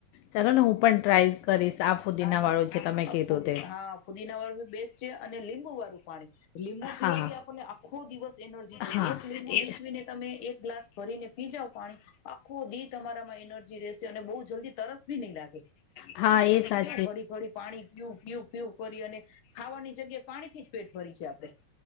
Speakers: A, on the left; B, on the left.
A: ચાલો ને હું પણ ટ્રાય કરીશ આ ફુદીના
B: હા હા
A: વાળું જે તમે કીધું
B: ફુદી
A: તે.
B: હા પુદીના વાળું બેસ્ટ છે અને લીંબુ વાળું પાણી હ લીંબુ પીવાથી
A: હા
B: આપને આખો દિવસ એનર્જી
A: હા
B: એક લીંબુ
A: એ
B: નીચવીને તમે એક ગ્લાસ ભરીને પી જાવ પાણી આખું દિ તમારે તમારે એનર્જી રહેશે અને બહુ જલ્દી તરસ બી નહી લાગે
A: હા એ સાચ
B: ખોડી ખોડી પાણી પીવુ પીવું પીવું કરીઓ અને ખાવાની જગ્યા પાણી થી જ પેટ ભરી છે આપડે